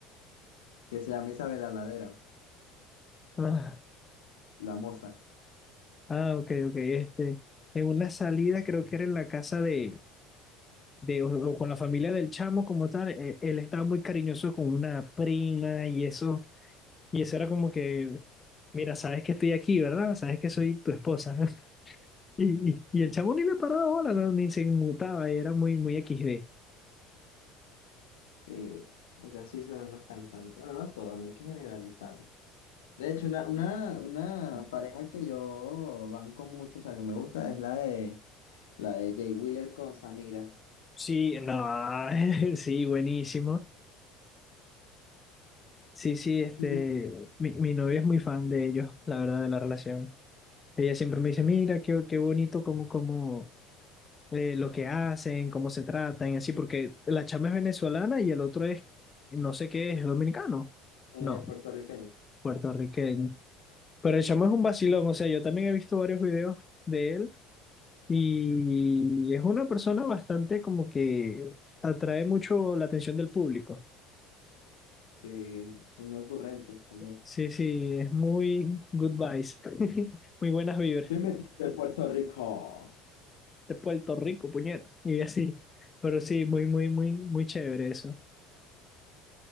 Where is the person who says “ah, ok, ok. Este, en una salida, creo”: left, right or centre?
Left